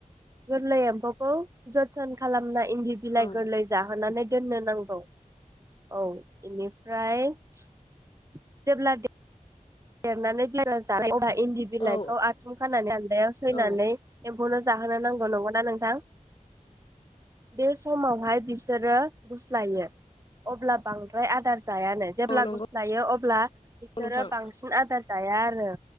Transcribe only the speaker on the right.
गोरलै एम्फौखौ जोथोन खालामनाय इन्दि बिलाइ
गोरलै जाहोनानै दोननो नांगौ औ इनिफ्राय जेब्ला देरनानै बिलाइ जायो अब्ला इन्दि बिलाइखौ
आथुम खानानै दान्दायाव सैनानै
बेखौनो जाहोनो नांगौ नंगौना नोंथां बे समावहाय बिसोरो गुस्लायो अब्ला बांद्राय आदार जायानो जेब्ला
गुस्लायो अब्ला बिसोरो
बांसिन जाया आरो